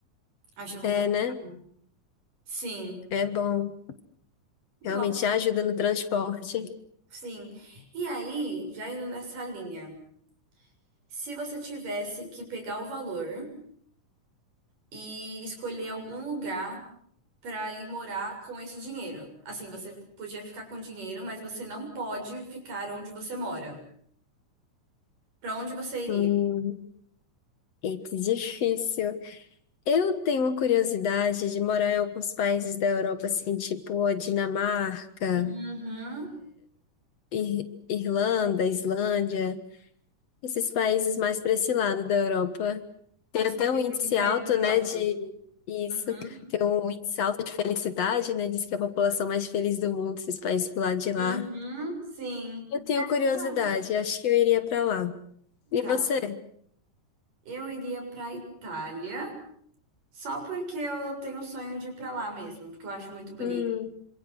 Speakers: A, on the right; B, on the left.
A: Acho que eu compraria
B: É, né?
A: carro. Sim,
B: É bom.
A: nossa,
B: Realmente já ajuda no transporte.
A: sim. E aí, já indo nessa linha, se você tivesse que pegar o valor. e escolher algum lugar para ir morar com esse dinheiro. Assim, você podia ficar com dinheiro, mas você não pode ficar onde você mora. Para onde você iria?
B: Hum, eita, difícil. Eu tenho uma curiosidade de morar em alguns países da Europa, assim, tipo a Dinamarca,
A: Uhum.
B: Ir- Irlanda, Islândia. Esses países mais para esse lado da Europa. Tem
A: Então, você
B: até
A: iria
B: um índice
A: pra algum país
B: alto,
A: da Europa.
B: né, de isso.
A: Uhum.
B: Tem um índice alto de felicidade, né? Diz que é a população mais feliz do mundo, esses países pro lado de lá.
A: Uhum. Sim.
B: Eu tenho curiosidade,
A: Verdade.
B: acho que eu iria para lá. E
A: Tá.
B: você?
A: Eu iria pra Itália. Só porque eu tenho o sonho de ir pra lá mesmo, porque eu acho muito bonito
B: Hum,